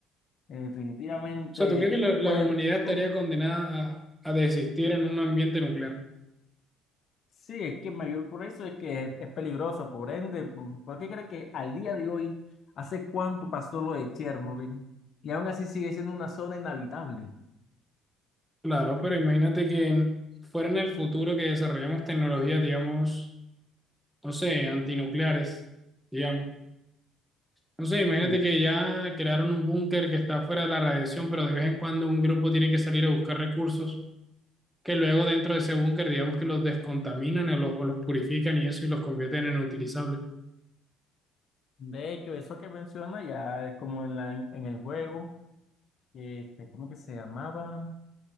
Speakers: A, on the left; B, in the centre.
A: Eh, Definitivamente,
B: O sea, ¿tú crees que la, la
A: pues
B: humanidad estaría
A: tú
B: condenada a, a desistir en un ambiente nuclear?
A: Sí, es que mayor por eso es que es, es peligroso, por ende, ¿por por qué crees que al día de hoy, hace cuánto pasó lo de Chernobyl? Y aún así sigue siendo una zona inhabitable.
B: Claro, pero imagínate que en- fuera en el futuro que desarrollamos tecnologías, digamos, no sé, antinucleares, digamos. No sé, imagínate
A: Mm.
B: que ya crearon un búnker que está fuera de la radiación, pero de vez en cuando un grupo tiene que salir a buscar recursos que luego dentro de ese búnker, digamos que los descontaminan o los, o los purifican y eso y los convierten en utilizables.
A: De hecho, eso que menciona ya es como en la, en el juego, este, ¿cómo que se llamaba?